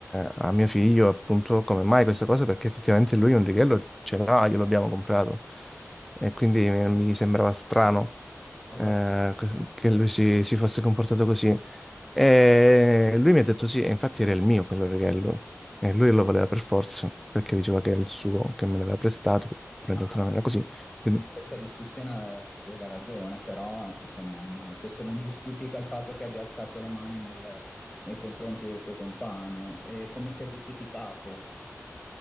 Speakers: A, in the centre; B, on the left (about 20°).
A: a mio figlio appunto come mai questa cosa, perché effettivamente lui un righello ce l'ha, glielo abbiamo comprato e quindi mi mi sembrava strano
B: Ho
A: eh,
B: capito.
A: que- che lui si, si fosse comportato così. E lui mi ha detto sì, e infatti era il mio quello righello e lui lo voleva per forza, perché diceva che era il suo, che me l'aveva prestato, però
B: Ah,
A: in realtà non
B: quindi
A: era così. Quindi
B: quindi questa discussione aveva ragione, però insomma, non- questo non giustifica il fatto che abbia alzato le mani nel- nei confronti del suo compagno. E come si è giustificato?